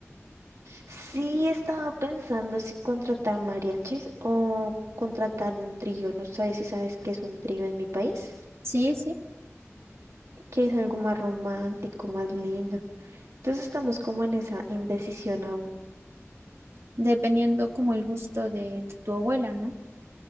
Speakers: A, on the right; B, on the right.
A: Sí, estaba pensando si contratar mariachis o contratar un trío. No sé si sabes qué es un trío en mi país,
B: Sí, sí,
A: que es algo más romántico, más lindo. Entonces estamos como en esa indecisión aún.
B: dependiendo como el gusto de de tu abuela, ¿no?